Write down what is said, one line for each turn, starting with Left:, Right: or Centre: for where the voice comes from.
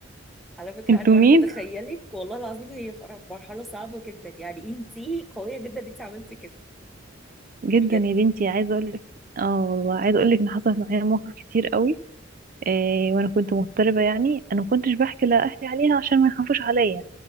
Centre: على فكرة
Right: انتوا
Centre: انا وانا
Right: مين
Centre: بتخيلك والله العظيم هي فر- مرحلة صعبة جدا يعني انتي قوية جدا انت عملتي كده
Right: جدا
Centre: بجد
Right: يا بنتي عايزة اقولك اه والله عايزة اقولك ان حصلت معايا مواقف كتير قوي إيه وانا كنت مضطربة يعني انا ما كنتش بحكي لاهلي عليها عشان ما يخافوش عليا